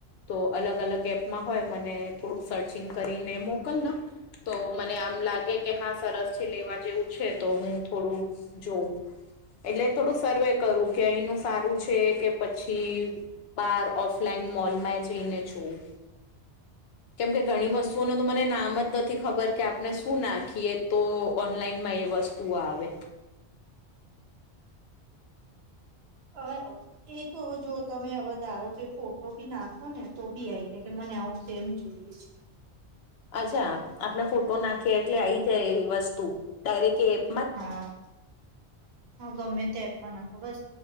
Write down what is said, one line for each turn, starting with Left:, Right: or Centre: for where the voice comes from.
Left: તો અલગ અલગ એપમાં હોય મને થોડું સર્ચિંગ કરીને મોકલ ના. તો મને આમ લાગે કે હા સરસ છે લેવા જેવું છે તો હું થોડું. જોવું એટલે થોડું સર્વે કરું કે અહીનું સારું છે કે પછી બાર ઓફલાઈન મોલમાં જઈને જોવું. કેમ કે ઘણી વસ્તુઓનું તો મને નામ જ નથી ખબર કે આપણે શું નાખીએ તો ઓનલાઈન માં એ વસ તું આવે.
Right: <unintelligible> એ તો જો તમે હવે ધારો કે ફોટો ભી નાખો ને તો બી આઈ જાય કે મને આવું. તેમ જોઈએ છે.
Left: અચ્છા આપણે ફોટો નાખીએ એટલે આઇ જાય એવી વસ્તુ ડાયરેક્ટ એપ.
Right: હા હ ગમે તે એપ માં નાખો બસ.